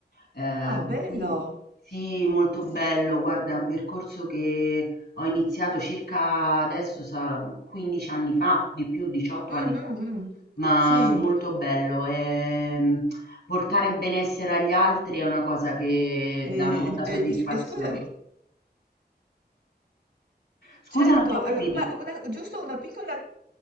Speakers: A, on the left (about 75°); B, on the right (about 80°).
A: Eh,
B: Ah, bello!
A: quindi- sì, molto
B: Sì,
A: bello, guarda, è un percorso che ho iniziato circa adesso, sa- 15 anni fa, di più, 18
B: Mm,
A: anni
B: mm,
A: fa,
B: mm.
A: ma
B: Sì,
A: molto bello. ehm, Portare benessere agli altri è una cosa che
B: e,
A: dà molta
B: e-
A: soddisfazione.
B: e s- e scusa,
A: Scusa,
B: certo,
A: non ti ho capito.
B: eh, ma una- giusto una piccola,